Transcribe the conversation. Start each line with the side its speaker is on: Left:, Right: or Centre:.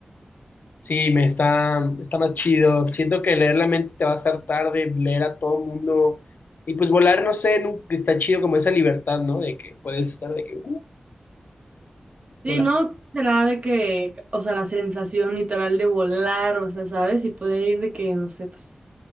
Left: Sí, me está, está más chido. Siento que leer la mente te va a hacer tarde, leer a todo el mundo. Y pues volar, no sé, nu- está chido como esa libertad, ¿no? De que puedes estar de que, uh,
Right: Sí,
Left: volar.
Right: ¿no? ¿Cómo Será de que, o sea, la sensación literal de volar, o sea, ¿sabes? Y poder ir de que, no sé, pues,